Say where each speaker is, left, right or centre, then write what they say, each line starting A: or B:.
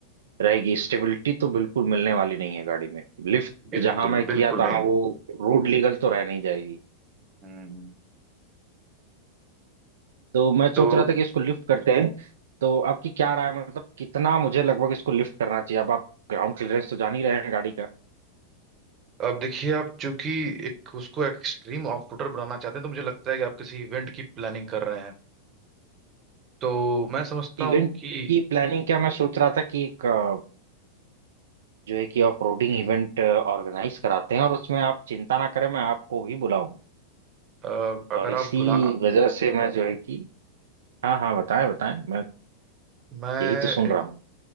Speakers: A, on the right; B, on the right.
A: रहेगी स्टेबिलिटी तो बिल्कुल मिलने वाली नहीं है गाड़ी में लिफ्ट
B: बिल्कुल
A: जहां मैं
B: बिल्कुल
A: किया तहाँ
B: नहीं
A: वो रोड लीगल तो रह नहीं जाएगी
B: हम्म
A: तो मैं
B: तो
A: सोच रहा था कि इसको लिफ्ट करते हैं तो आपकी क्या राय है मतलब कितना मुझे लगभग इसको लिफ्ट करना चाहिए अब आप ग्राउंड क्लियरेंस तो जान ही रहे हैं गाड़ी का
B: अब देखिए आप चूंकि एक उसको एक्सट्रीम ऑफ रोडर बनाना चाहते हैं तो मुझे लगता है कि आप किसी इवेंट की प्लानिंग कर रहे हैं तो मैं समझता
A: इवेंट
B: हूँ कि
A: की प्लानिंग क्या मैं सोच रहा था कि एक अ, जो है कि ऑफ रोडिंग इवेंट ऑर्गेनाइज कराते हैं और उसमें आप चिंता ना करें मैं आपको भी बुलाऊं
B: अ, अगर
A: और इसी
B: आप भुला
A: वजह से मैं जो है कि हाँ हाँ बताएं बताएं मैं
B: मैं
A: यही तो सुन रहा हूँ